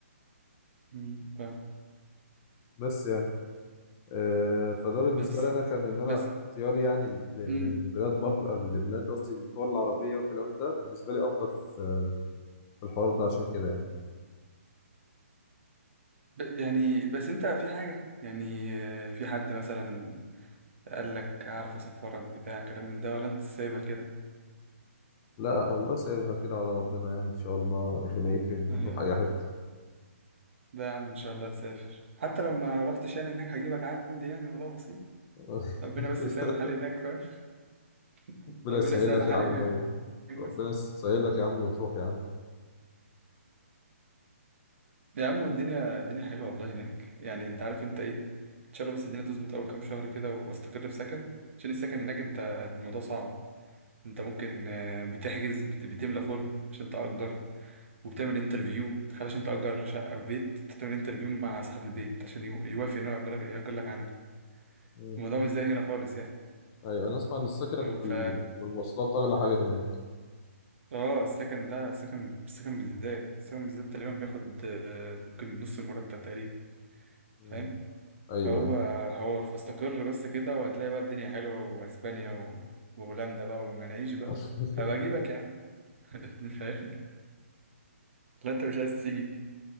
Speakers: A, on the right (about 60°); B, on the left (about 20°).
A: امم فاهم
B: بس يعني آه، فده بالنسبة
A: بس
B: لي أنا كان إن أنا
A: بس
B: اختياري يعني ل- للبلاد
A: امم
B: بره لبلاد قصدي الدول العربية والكلام ده بالنسبة لي أفضل في في الحوار ده عشان كده يعني
A: ب- يعني بس انت في حاجه يعني آه، في حد مثلا قال لك هعرف اسفرك بتاع كلام من ده ولا انت سايبها كده
B: لا والله سايبها كده على ربنا يعني إن شاء الله ربنا يكرم
A: ايوه
B: ونروح أي حتة
A: لا يا عم ان شاء الله تسافر حتى لو ما رحتش يعني هناك هجيبك عندي يعني الموضوع بسيط
B: <laughs>
A: ربنا بس يسهل الحال هناك فاهم <laughs>
B: ربنا
A: ربنا
B: يسهل
A: يسهل
B: لك
A: الحال
B: يا عم
A: هناك
B: و...
A: بس
B: ربنا يسهل لك يا عم وتروح يا عم
A: يا عم والدنيا الدنيا حلوه والله هناك يعني انت عارف انت ايه ان شاء الله بس الدنيا تظبط اول كام شهر كده واستقر في سكن عشان السكن هناك انت الموضوع صعب انت ممكن آه، بتحجز بت- بتملى فورم عشان تأجر وبتعمل انترفيو تخيل عشان تأجر شقة في بيت انت تعمل انترفيو مع صاحب البيت عشان يو- يوافق انه يأجر يأجر لك عنده
B: مم.
A: الموضوع مش زي هنا خالص يعني
B: أيوة أنا أسمع إن السكن
A: ف
B: وال... والمواصلات أغلى حاجة هناك
A: اه السكن ده السكن السكن بالذات السكن بالذات تقريبا بياخد آه، ممكن نص المرتب تقريبا
B: مم.
A: فاهم
B: أيوة
A: فهو
B: أيوة
A: حوار فاستقر بس كده وهتلاقي بقى الدنيا حلوة واسبانيا و... وهولندا بقى ومناعيش بقى
B: <laughs>
A: هبقى اجيبك يا عم <laughs> فاهم لا انت مش عايز تيجي